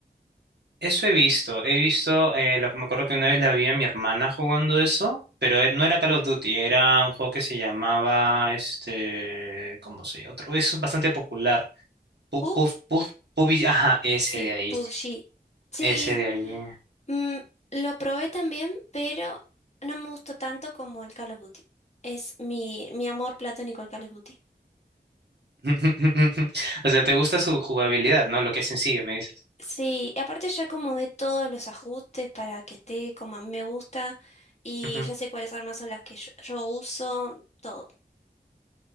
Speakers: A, on the right; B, on the left.
A: Eso he visto, he visto, eh, la- me acuerdo que una vez la vi a mi hermana jugando eso, pero e- no era Call of Duty, era un juego que se llamaba, este, ¿cómo se llama? Otro, es bastante popular. Puf,
B: ¿Pug?
A: puf, puf, pubi- ajá, ese
B: Sí,
A: de ahí,
B: PUBG. Sí,
A: ese de ahí.
B: mm, lo probé también, pero no me gustó tanto como el Call of Duty. Es mi, mi amor platónico el Call of Duty.
A: <laughs> O sea, te gusta su jugabilidad, ¿no? Lo que es sencillo, me dices.
B: Sí, y aparte ya acomodé todos los ajustes para que esté como a mí me gusta y
A: Ujú.
B: ya sé cuáles armas son las que yo, yo uso, todo.